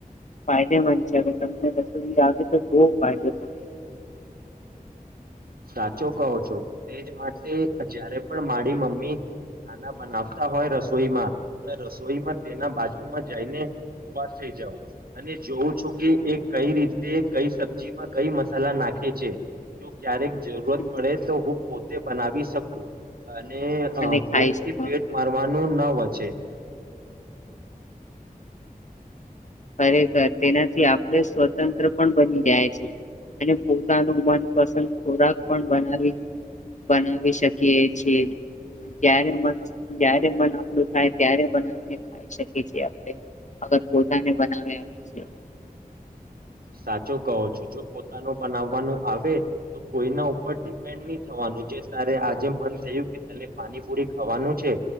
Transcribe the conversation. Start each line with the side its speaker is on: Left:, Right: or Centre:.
Left: ફાયદેમંદ છે હવે તમને રસોઈ આવે તો બહ ફાયદો થાય નથી.
Right: સાચો કહો છો તેજ માટે જયારે પણ મારી મમ્મી ખાના બનાવતા હોય, રસોઈમાં મે રસોઈમાં તેના બાજુમાં જઈને ઉભા થઈ જાઉં અને જોવં છું કે એ કઈ રીતે કઈ સબ્જીમાં કઈ મસાલા નાખે છે. ક્યારેક જરૂરત
Left: હમ.
Right: પડે તો હું પોતે બનાવી શકું અ ને
Left: અને
Right: ભોગ
Left: ખાઈ
Right: થી
Left: શકો
Right: પેટ મારવાનું ન પ છેે.
Left: ખરેખર તેનાથી આપણે સ્વતંત્ર પણ બની જાય છે અને પોતાનું મનપસંદ ખોરાક પણ બનાવી બનાવી શકીએ છીએ જ્યારે જ્યારે મન આપણું થાય ત્યારે બનાવીને ખાઈ શકીએ છીએ આપણેગ ને બનાવે આવે છે.
Right: સાચો કહો છો જો પોતાનું બનાવવાનું આવે તો કોઈના ઉપર ડિપેન્ડ ની થવાનું જે તારે આજે મન થયું કે તને પાણીપુરી ખાવાનું છે.